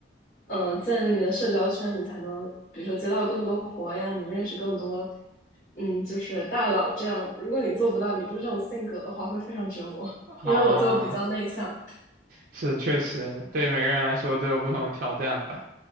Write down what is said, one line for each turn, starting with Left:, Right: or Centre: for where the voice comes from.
Left: 呃，建立你的社交圈，你才能比如说接到更多活呀，你能认识更多，嗯，就是大佬这样。如果你做不到，你不是这种性格的话，会非常折磨。
Right: 啊。
Left: 因为我就比较内向
Right: 是确实，对每个人来说都有不同的挑战吧。